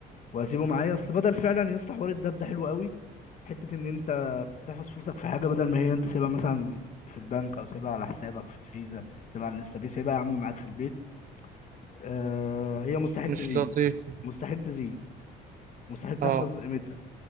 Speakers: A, on the left; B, on the right.
A: واسيبه معايا اصل بدل فعلا يا اسطى حوار الدب ده حلو قوي حته ان انت بتحفظ فلوسك في حاجه بدل ما هي انت سيبها مثلا في البنك او سيبها على حسابك في الفيزا سيبها على الانستا باي سيبها يا عم معاك في البيت آه هي مستحيل
B: مش
A: تزيد
B: لطيف
A: مستحيل تزيد مستحيل تحفظ
B: اه
A: قيمتها